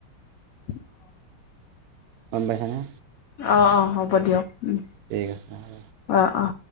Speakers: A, on the left; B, on the right.
A: <inaudible>
B: গম পাইছানে।
A: অ'- অ' হ'ব দিয়ক উম,
B: ঠিক আছে হ'ব
A: অ'- অ'।